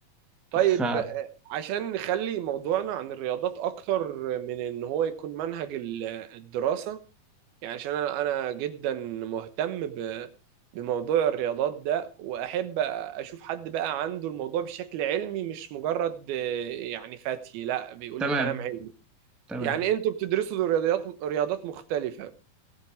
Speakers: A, on the right; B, in the centre.
A: طيب
B: ف
A: آه، عشان نخلي موضوعنا عن الرياضات اكتر من ان هو يكون منهج ال- الدراسة يعني عشان انا أنا جدا مهتم ب- بموضوع الرياضات ده واحب اشوف حد بقى عنده الموضوع بشكل علمي مش مجرد آه، يعني فتي لا بيقول
B: تمام
A: لي كلام علمي
B: تمام
A: يعني انتوا بتدرسوا رياضيات رياضات مختلفة